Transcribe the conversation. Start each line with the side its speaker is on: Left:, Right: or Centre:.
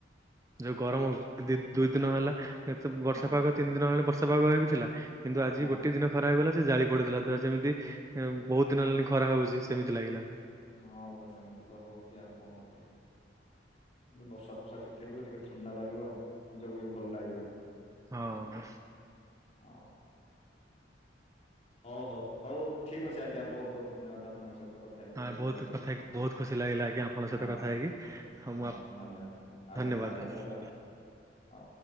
Right: ଯୋଉ ଗରମ ହୋଉ ଦି ଦୁଇ ଦିନ ହେଲା ଏ ତ ବର୍ଷା
Left: ହଁ
Right: ପାଗ ତିନି ଦିନ ହେଲାଣି ବର୍ଷା ପାଗ ହେଇକି ଥିଲା। କିନ୍ତୁ ଆଜି
Left: ହଁ
Right: ଗୋଟିଏ ଦିନ ଖରା ହେଇଗଲା ଜେ ଜାଳି ପୋଡି ଦେଲା ଦେହ ଯେମିତି ଏଁ ବହୁତ ଦିନ ହେଲାଣି ଖରା ହେଉଚି ସେମିତି ଲାଗିଲା।
Left: ହଁ ପରା ସେମିତି ତ ହଉଚି ଆଉ କଣ କରିଆ ବର୍ଷା ଫର୍ଷା ଟିକେ ନ୍ତି ହେଲେ ଟିକେ ଥଣ୍ଡା ଲାଗିବ ନିଜକୁ ବି ଭଲ ଲାଗିବ।
Right: ହଁ।
Left: ହଁ। ହଉ ହଉ ହଉ ଠିକ ଅଛି ଆଜ୍ଞା ବହୁତ ବହୁତ ଧନ୍ୟବାଦ ଆପଣଙ୍କ ସହିତ କଥ ଥା ହେଇକି
Right: ହଁ
Left: ବହୁତ ଭଲ ଲାଗିଲା
Right: କଥା ହେଇକି ବହୁତ ଖୁସି ଲାଗିଲା ଆଜ୍ଞା ଆପଣଙ୍କ ସହିତ
Left: ହଁ
Right: କଥା ହେଇକି। ମୁଁ
Left: ହଁ
Right: ଆପ-
Left: ଧନ୍ୟବାଦ। ଆଉ
Right: ଧନ୍ୟବାଦ
Left: କଥା ହେବା
Right: ଧନ୍ୟବାଦ
Left: କେତେବେଳେ
Right: ଆଜ୍ଞା।
Left: ଆଉ। ହଉ।